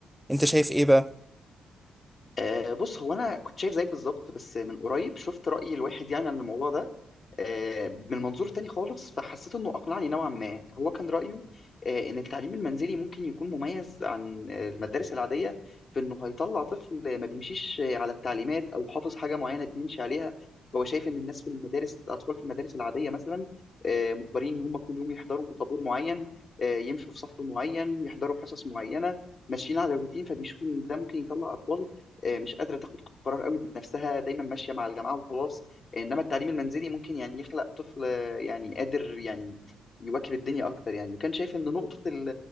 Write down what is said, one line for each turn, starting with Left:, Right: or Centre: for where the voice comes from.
Centre: انت شايف ايه بقى؟
Left: آه، بص هو انا كنت شايف زيك بالظبط بس من قريب شفت راي الواحد يعني عن الموضوع ده آه، من منظور تاني خالص فحسيت انه اقنعني نوعا ما هو كان رايه آه، ان التعليم المنزلي ممكن يكون مميز عن المدارس العاديه في انه هيطلع طفل ما بيمشيش على التعليمات او حافظ حاجه معينه بيمشي عليها هو شايف ان الناس في المدارس الاطفال في المدارس العاديه مثلا آه، مجبرين ان هم كل يوم يحضروا طابور معين آه، يمشوا في صف معين يحضروا حصص معينه ماشيين على الروتين فبيشوف ان ده ممكن يطلع اطفال آه، مش قادره تاخد قرار قوي بنفسها دايما ماشيه مع الجماعه وخلاص انما التعليم المنزلي ممكن يعني يخلق طفل آه، يعني قادر يعني يواكب الدنيا اكتر يعني وكان شايف ان نقطة ال-